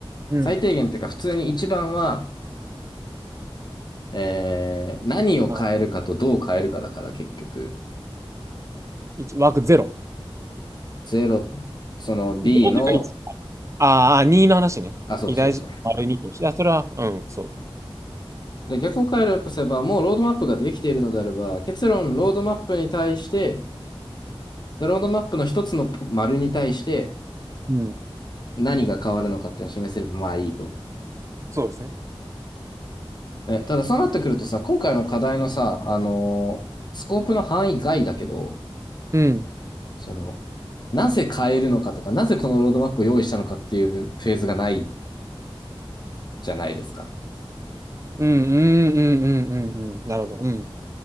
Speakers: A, on the right; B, on the left.
A: うん。
B: 最低限っていうか普通に一番は、えー、何を変えるかとどう変えるかだから結局、
A: あ、1、枠ゼロ
B: 0、その B
A: ゼロとか1。
B: の、
A: ああ、2の話ね。
B: あ、そうそうそう。
A: 偉大事丸2として。あ、それは、うん、そう。
B: で、逆を変えるとすれば、もうロードマップができているのであれば、結論、ロードマップに対して、ロードマップの一つの丸に対して
A: うん、
B: 何が変わるのかっていうのを示せれば、まあいいと。
A: そうですね。
B: ね、ただそうなってくるとさ、今回の課題のさ、あのースコープの範囲外だけど、
A: うん、
B: その、なぜ変えるのかとか、なぜこのロードマップを用意したのかっていうフェーズがないじゃないですか。
A: うん、うん、うん、うん、うん、うん。なるほど。うん。